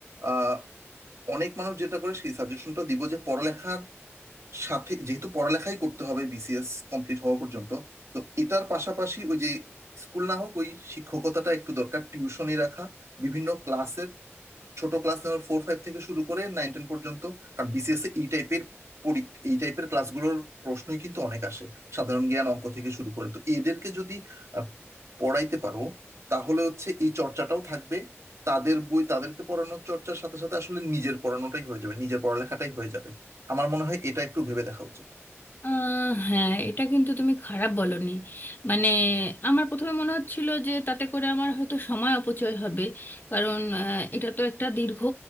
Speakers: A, on the right; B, on the left.
A: আহ অনেক মানুষ যেটা করে সেই সাজেশনটা দিব যে পড়ালেখার সাথে যেহেতু পড়ালেখাই করতে হবে বিসিএস কমপ্লিট হওয়া পর্যন্ত তো এটার পাশাপাশি ওই যে স্কুল না হোক ওই শিক্ষকতাটা একটু দরকার টিউশনি রাখা বিভিন্ন ক্লাসের ছোট ক্লাস আমার ফোর ফাইভ থেকে শুরু করে নাইন টেন পর্যন্ত কারণ বিসিএস এই টাইপের এই টাইপের ক্লাসগুলোর প্রশ্নই কিন্তু অনেক আসে সাধারণ জ্ঞান অঙ্ক থেকে শুরু করে তো এদেরকে যদি আহ, পড়াইতে পারো তাহলে হচ্ছে এই চর্চাটাও থাকবে তাদের বই তাদেরকে পড়ানোর চর্চার সাথে সাথে আসলে নিজের পড়ানোটাই হয়ে যাবে নিজের পড়ালেখাটাই হয়ে যাবে আমার মনে হয় এটা একটু ভেবে দেখা উচিত
B: আহ হ্যাঁ এটা কিন্তু তুমি খারাপ বলনি মানে আমার প্রথমে মনে হচ্ছিল যে তাতে করে আমার হয়তো সময় অপচয় হবে কারণ আহ, এটা তো একটা দীর্ঘ